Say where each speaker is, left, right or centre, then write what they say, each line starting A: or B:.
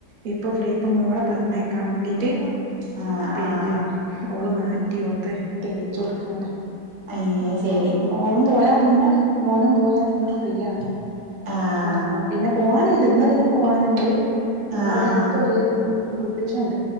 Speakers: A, on the right; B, on the right.
A: ഇപ്പൊ ഫ്രീ ഇപ്പൊ മോളെ പറഞ്ഞയക്കാം മാൺണ്ടീട്ട്
B: ആഹ്
A: പിന്ന
B: ആഹ്
A: ഓള് മാറ്റി ഓള്ത് തേച്ചൊട്ക്കാണ്
B: ഏഹ്
A: അപ്പൊ
B: ശരി
A: ഓളും പോയാ പിന്ന മോനും പോയാ പിന്ന ഫ്രീയാണ്
B: ആഹ്
A: പിന്ന പിന്ന പോവാനുണ്ട് ഇന്ന് പിന്ന പോവാനുണ്ട്
B: ആഹ്
A: തവിടെ
B: ആഹ്
A: അട്ത്തൊരു കുറ്റൂഷണ്ട്